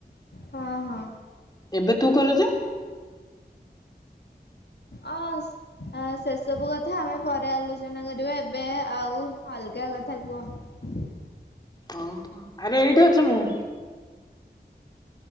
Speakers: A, on the left; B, on the left.
A: ହଁ
B: <inaudible>
A: ହଁ
B: ଏବେ ତୁ କଲୁଯେ?
A: ଅ ସେ ସେସବୁ କଥା ଆମେ ପରେ ଆଲୋ ଆଲୋଚନା କରିବା ଏବେ ଆଉ ଅଲଗା କଥା କୁହ?
B: ଓହୋ ଆରେ ଏଇଠି ଅଛ ମୁଁ।